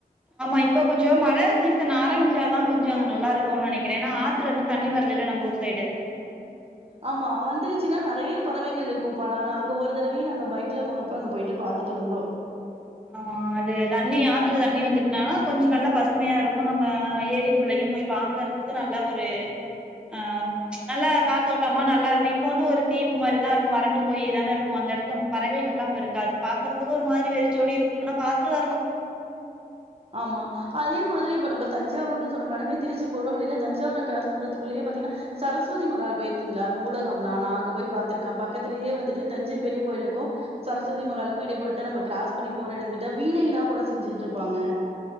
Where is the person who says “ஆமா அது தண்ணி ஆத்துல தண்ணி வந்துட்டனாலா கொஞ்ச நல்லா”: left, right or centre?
Centre